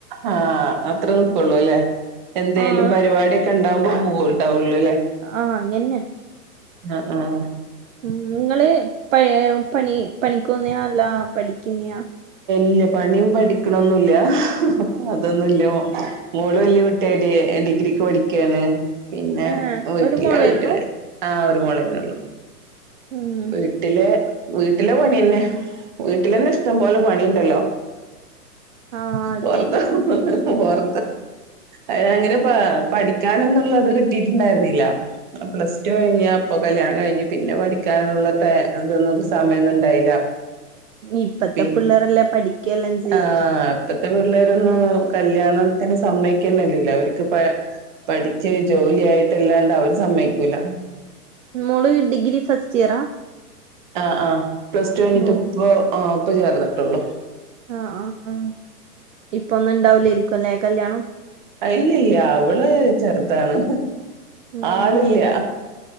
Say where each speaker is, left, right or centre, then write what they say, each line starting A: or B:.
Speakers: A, on the right; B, on the right.
A: ആഹ് അത്ര നിക്ക്ള്ളൂ അല്ലേ എന്തേലും
B: ആഹ്
A: പരിപാടി. ക്കെണ്ടാവുമ്പോ പോവുണ്ടാവുള്ളു അല്ലേ?
B: ആഹ് അങ്ങിന്നെ.
A: ആഹ് ആഹ്.
B: ഉം ഇങ്ങള് പ പണി പണിക്കുന്നെയാ അല്ല പഠിക്കുന്നെയാ.
A: ഇല്ല പണിയും പഠിക്ക്ണൊന്നുല്ലൃ. അതൊന്നുല്ല മോ മോള് വല്യ കുട്ടിയിട്ടില്ല ഞാന് ഡിഗ്രിക്ക് പഠിക്കാണ്. പിന്നെ
B: ഏഹ്
A: വീട്ടില്ലേ
B: ഒരു മോളേ
A: വീട്ടില്
B: ഉള്ളൂ
A: ആഹ് ഒരു മോളന്നെ ഒള്ളു.
B: ഉം.
A: വീട്ടിലെ വീട്ടിലെ പണിന്നെ വീട്ടിലന്നെ. ഇഷ്ടം പോലെ പണിണ്ടല്ലോ
B: ആഹ് അതെ
A: വെർതെ വർ ആഹ് അങ്ങനെ പ പഠിക്കാനെന്നുള്ളത് കിട്ടിയിട്ടുണ്ടായിരുന്നില്ല. ആഹ് പ്ലസ് ടു കഴിഞ്ഞ് അപ്പോ കല്യാണം കഴിഞ്ഞ് പിന്നെ പഠിക്കാനുള്ള ടൈ ഇതൊന്നും സമയന്നും ഉണ്ടായില്ല.
B: ഇപ്പത്തെ
A: പിന്നെ
B: പിള്ളേർല്ലേ പഠിക്ക് എല്ലാം ചെയ്യ്ന്ന്.
A: ആഹ് ഇപ്പത്തെ പിള്ളേരൊന്നും കല്യാണത്തിന് സമ്മയിക്കുന്നില്ലല്ലേ അവർക്ക് പ പഠിച്ച് ഒരു ജോലി ആയിട്ടല്ലാണ്ട് അവര് സമ്മയ്ക്കൂല.
B: മോള് ഡിഗ്രി ഫസ്റ്റ് ഇയറ?
A: ആഹ് ആഹ് പ്ലസ് ടു കഴിഞ്ഞിട്ട്
B: ഓഹ്
A: ഇപ്പോ ആഹ് ഇപ്പോ ചേർന്നിട്ടുള്ളു.
B: ആഹ് ആഹ് ആഹ് ഇപ്പന്നും ഇണ്ടാവൂലേരിക്കുംല്ലേ കല്യാണം?
A: ഇല്ലല്ല അവള് ചെറ്താണ്
B: ഉം
A: ആളില്ല.